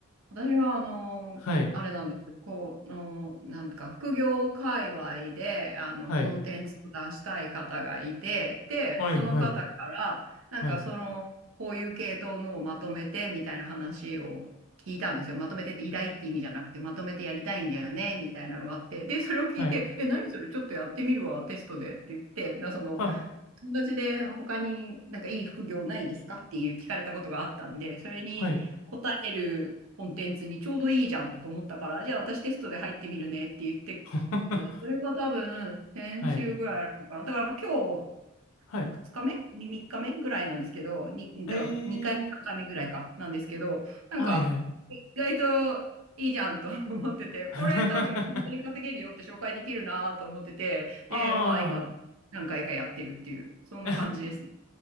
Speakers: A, on the right; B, on the left.
A: 私は、あの、
B: はい。
A: あれなんです。こう、あの、なんか、副業界隈で、あの、
B: はい。
A: コンテンツを出したい方がいて、で、
B: はい、
A: その方から、
B: はい、
A: なんか、
B: はい、
A: その、こういう系統のをまとめて、みたいな話を聞いたんですよ。まとめてって依頼って意味じゃなくて、まとめてやりたいんだよね、みたいなのがあって、で、それを聞いて、
B: はい、
A: え、何それ、ちょっとやってみるわ、テストでって言って、な、その、
B: はい、
A: 友達で他になんかいい副業ないですかっていう聞かれたことがあったんで、それに答えるコンテンツにちょうどいいじゃんと思ったから、
B: はい、
A: じゃあ私テストで入ってみるねって言って、
B: <laughs>
A: うそれが多分先週ぐらいなのかな。
B: はい、
A: だから今日
B: はい、
A: 2日目 ?3 日目ぐらいなんですけど、に、
B: え
A: だから2回目、
B: ー、
A: 3回目ぐらいか、なんですけど、なんか、
B: はい、はい。
A: 意外といいじゃんと <laughs> 思ってて、
B: <laughs>
A: これ多分本当に稼げるよって紹介できるなと思ってて、
B: ああ。
A: で、まあ今、何回かやってるっていう、
B: <laughs>
A: そんな感じですね。